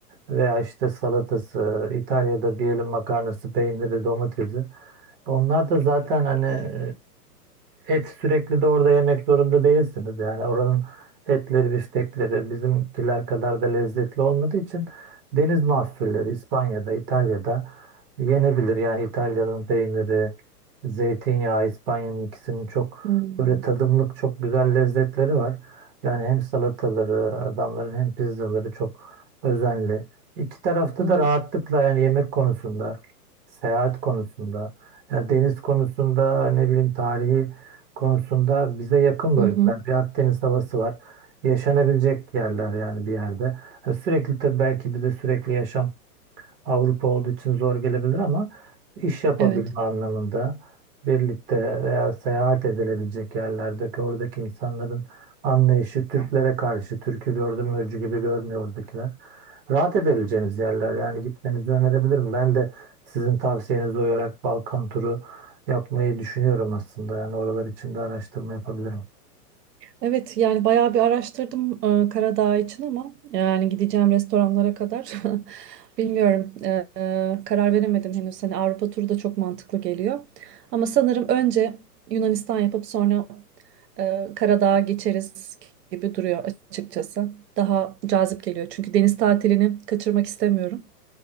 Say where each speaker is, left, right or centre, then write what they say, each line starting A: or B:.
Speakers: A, on the right; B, on the right.
A: veya işte salatası, İtalya'da diyelim makarnası, peyniri, domatesi. Onlar da zaten hani Et sürekli de orada yemek zorunda değilsiniz. Yani oranın etleri, biftekleri bizimkiler kadar da lezzetli olmadığı için deniz mahsulleri İspanya'da, İtalya'da yenebilir. Yani İtalya'nın peyniri, zeytinyağı, İspanya'nın ikisinin çok
B: Hmm.
A: böyle tadımlık çok güzel lezzetleri var. Yani hem salataları adamların hem pizzaları çok özenli. İki tarafta
B: Hmm.
A: da rahatlıkla yani yemek konusunda, seyahat konusunda, ya deniz konusunda ne bileyim tarihi konusunda bize yakın bölgeler.
B: Hı hı.
A: Bir Akdeniz havası var. Yaşanabilecek yerler yani bir yerde. Ha, Sürekli tabii belki bize sürekli yaşam Avrupa olduğu için zor gelebilir ama iş yapabilme
B: Evet.
A: anlamında birlikte veya seyahat edilebilecek yerlerdeki oradaki insanların anlayışı Türklere karşı Türk'ü gördüm öcü gibi görmüyor oradakiler. Rahat edebileceğiniz yerler yani gitmenizi önerebilirim. Ben de sizin tavsiyenize uyarak Balkan turu yapmayı düşünüyorum aslında. Yani oralar için de araştırma yapabilirim.
B: Evet yani bayağı bir araştırdım e, Karadağ için ama yani gideceğim restoranlara kadar <laughs> bilmiyorum e, e, karar veremedim henüz. Hani Avrupa turu da çok mantıklı geliyor. Ama sanırım önce Yunanistan yapıp sonra e, Karadağ'a geçeriz gibi duruyor açıkçası. Daha cazip geliyor çünkü deniz tatilini kaçırmak istemiyorum.